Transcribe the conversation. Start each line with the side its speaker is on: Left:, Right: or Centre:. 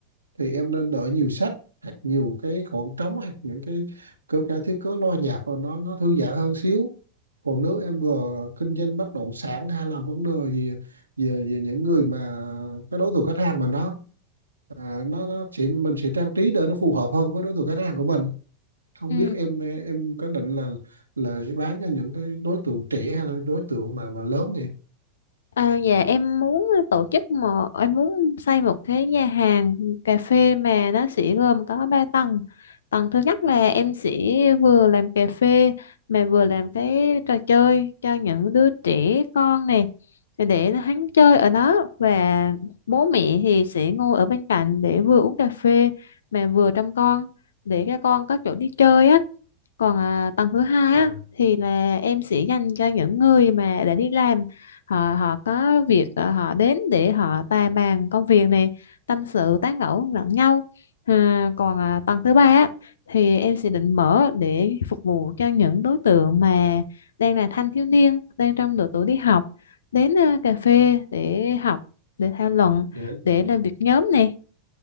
Right: thì em nên đợi nhiều sách hoặc nhiều cái khoảng trống hoặc những cái cơ ca thiết cớ lo nhạc rồi nó nó thư giãn hơn xíu còn nếu em vừa kinh doanh bất động sản hay là vấn đề gì về về những người mà cái đối tượng khách hàng mà nó à, nó nó chỉ mình sẽ trang trí để nó phù hợp hơn với đối tượng khách hàng của mình không
Left: Ừ.
Right: biết em em có định là là bán cho những cái đối tượng trẻ hay là đối tượng mà mà lớn nhỉ
Left: À, dạ em muốn tổ chức một em muốn xây một cái nhà hàng cà phê mà nó sẽ gồm có 3 tầng. Tầng thứ nhất là em sẽ vừa làm cà phê mà vừa làm cái trò chơi cho những đứa trẻ con này để để hắn chơi ở đó và bố mẹ thì sẽ ngồi ở bên cạnh để vừa uống cà phê mà vừa trông con để các con có chỗ đi chơi á còn à, tầng thứ hai
Right: à,
Left: á thì là em sẽ dành cho những người mà đã đi làm họ họ có việc à, họ đến để họ tài bàn công việc này tâm sự tán gẫu lẫn nhau à, còn à, tầng thứ ba á thì em sẽ định mở để phục vụ cho những đối tượng mà đang là thanh thiếu niên đang trong độ tuổi đi học đến à, cà phê để học để thảo luận
Right: để
Left: để làm việc nhóm này